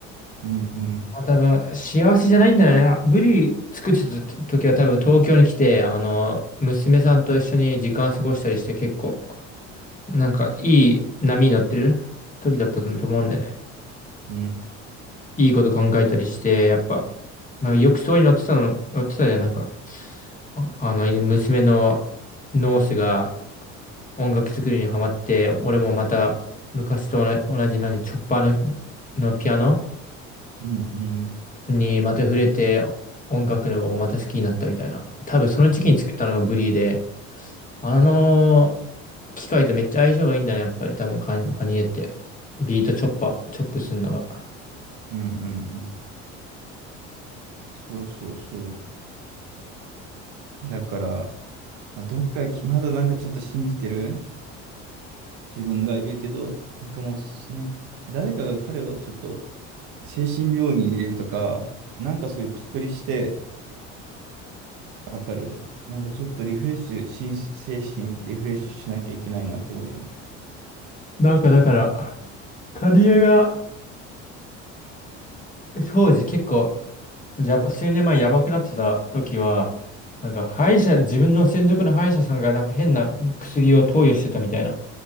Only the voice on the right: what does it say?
うん、うん、
うん、
うん、うん、
うん、
うんそうそうそう。だから、まあ、どっかき、まだなんかちょっと信じてる自分がいるけど、なんかもうすね、誰かが彼をちょっと精神病院に入れるとか、なんかそういう隔離してわかる。なんかちょっとリフレッシュ、心精神リフレッシュしなきゃいけないなって思うよね。